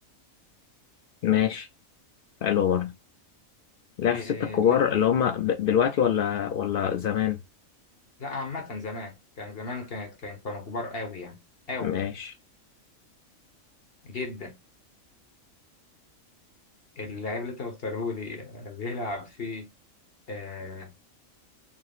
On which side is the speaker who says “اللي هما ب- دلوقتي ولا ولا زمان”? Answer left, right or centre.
Left